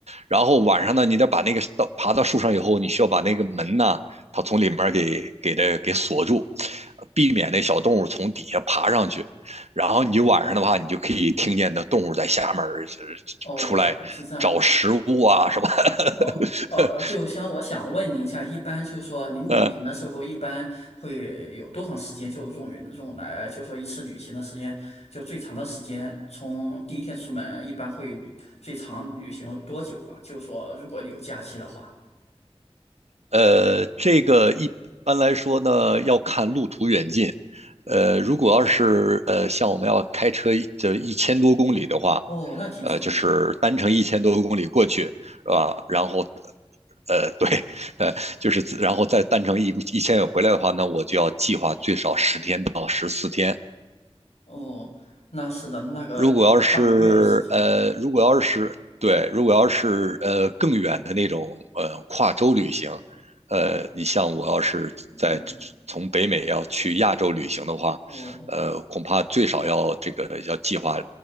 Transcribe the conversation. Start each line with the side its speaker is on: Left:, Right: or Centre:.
Right: 然后晚上呢，你得把那个到爬到树上以后，你需要把那个门呢，它从里面给给它给锁住，避免那小动物从底下爬上去。然后你晚上的话，你就可以听见那动物在下面就是出来找食物啊什么。
Left: 哦，是这样。哦，呃呃，
Right: <laughs>
Left: 就像我想问您一下，一般就是说您旅行的时候，
Right: 呃
Left: 一般会有多长时间就用于用来，就说一次旅行的时间，就最长的时间，从第一天出门，一般会旅最长旅行有多久呢？就说如果你有假期的话，
Right: 呃，这个一般来说呢，要看路途远近。呃，如果要是呃像我们要开车就一千多公里的话，
Left: 嗯哦，那挺长的，
Right: 呃，就是单程一千多公里过去，是吧？然后，呃，对，呃，就是然后再单程一一千回来的话，那我就要计划最少十天到十四天。
Left: 哦，那是的，那个有半个月时间，
Right: 如果要是呃，如果要是对，如果要是呃更远的那种呃跨州旅行，呃，你像我要是在从北美要去亚洲旅行的话，
Left: 嗯，哦。
Right: 呃，恐怕最少要这个要计划